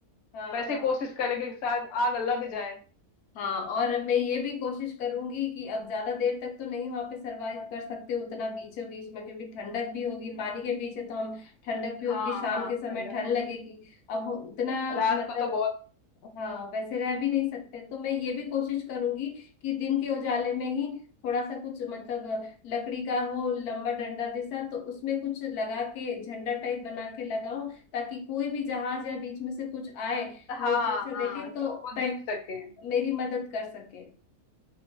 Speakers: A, on the left (about 80°); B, on the left (about 60°).
A: हाँ
B: वैसे
A: हाँ
B: कोशिश करेंगे कि शायद आग लग जाए
A: हाँ और मैं ये भी कोशिश करूंगी कि अब ज्यादा देर तक तो नहीं वहां पे सरवाइव कर सकते उतना बीचों बीच में क्योंकि ठंडक भी होगी
B: हम्म,
A: पानी के पीछे तो हम ठंडक भी
B: हाँ
A: होगी शाम
B: हाँ
A: के समय
B: ठंडक
A: ठंड लगेगी अब उतना
B: रात
A: मतलब
B: को तो बहुत
A: हाँ वैसे रह भी नहीं सकते तो मैं ये भी कोशिश करूंगी कि दिन के उजाले में ही थोड़ा सा कुछ मतलब लकड़ी का वो लंबा डंडा जैसा तो उसमें कुछ लगा के झंडा टाइप बना के लगाऊं ताकि कोई भी जहाज या बीच में से कुछ आए
B: हाँ
A: लोग दूर से
B: हाँ
A: देखे
B: तो
A: तो
B: वो
A: पह,
B: देख सके
A: मेरी मदद कर सके